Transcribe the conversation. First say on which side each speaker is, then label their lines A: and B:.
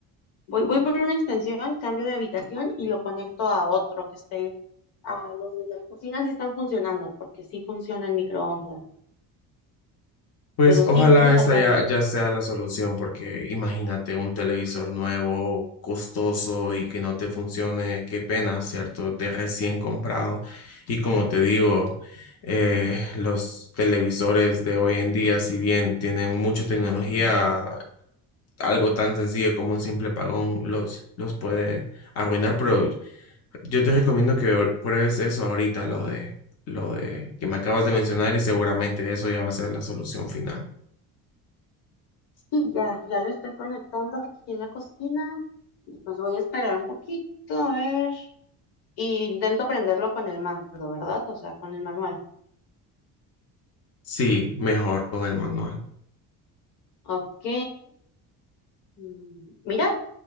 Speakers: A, on the left; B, on the left.
A: Voy, voy por una extensión, cambio de habitación y lo conecto a otro que esté. A los de la cocina sí están funcionando, porque sí funciona el microondas.
B: Pues
A: Pero sí,
B: ojalá
A: tienes
B: esta
A: razón,
B: ya, ya sea la solución, porque imagínate un televisor nuevo, costoso y que no te funcione, qué pena, ¿cierto? De recién comprado. Y como te digo, eh, los televisores de hoy en día, si bien tienen mucha tecnología, algo tan sencillo como un simple pagón los, los puede arruinar, pero yo te recomiendo que or- pruebes eso ahorita, lo de, lo de que me acabas de mencionar y seguramente eso ya va a ser la solución final.
A: Y ya, ya lo estoy conectando aquí en la cocina. Y pues voy a esperar un poquito, a ver. Y intento prenderlo con el mando, ¿verdad? O sea, con el manual.
B: Sí, mejor con el manual.
A: Ok. Mm, Mira,